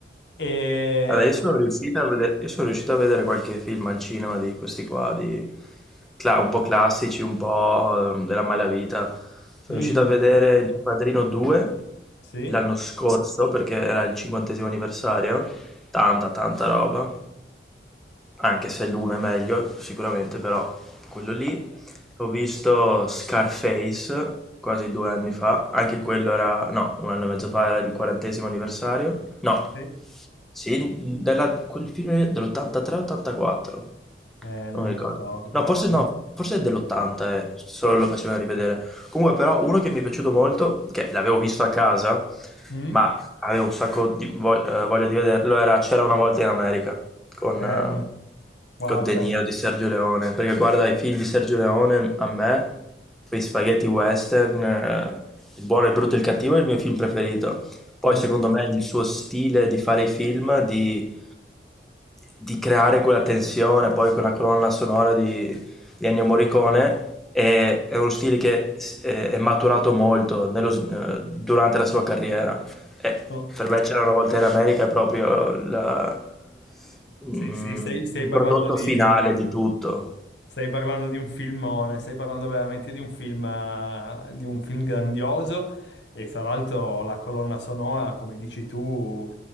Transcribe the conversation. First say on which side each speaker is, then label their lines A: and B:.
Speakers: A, on the left (about 80°); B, in the centre.
A: E...
B: Allora, io sono riuscito a vedere, io sono riuscito a vedere qualche film al cinema di questi qua, di, cla- un po' classici, un po' ehm, della malavita. Sono
A: mm,
B: riuscito a vedere Il Padrino 2
A: sì?
B: l'anno scorso perché era il cinquantesimo anniversario, tanta tanta roba, anche se l'uno è meglio sicuramente, però quello lì. Ho visto Scarface quasi due anni fa, anche quello era, no, un anno e mezzo fa era il quarantesimo anniversario, no.
A: Sì.
B: Sì, della- quel film dell'83-84.
A: Eh, non
B: Non
A: mi
B: mi ricordo.
A: ricordo.
B: No, forse no,
A: Mm?
B: forse è dell'80, eh, solo lo facevano rivedere. Comunque, però, uno che mi è piaciuto molto, che l'avevo visto a casa,
A: mm,
B: ma avevo un sacco di vo- eh, voglia di vederlo, era C'era una volta in America con,
A: Eh,
B: eh,
A: Guarda,
B: con De Niro di Sergio Leone. Perché guarda i film di Sergio Leone, a me, quei spaghetti western, eh, Il buono, il brutto e il cattivo è il mio film preferito. Poi,
A: tan-
B: secondo me, il suo stile di fare i film, di di creare quella tensione, poi quella colonna sonora di, di Ennio Morricone è, è uno stile che s- è, è maturato molto nello s- eh, durante la sua carriera. E
A: sto-
B: per me c'era una volta in America è proprio la- mm,
A: sì, sì, stai, stai
B: il
A: parlando
B: prodotto
A: di,
B: finale di tutto.
A: stai parlando di un filmone, stai parlando veramente di un film, eh, di un film grandioso e fra l'altro la colonna sonora, come dici tu,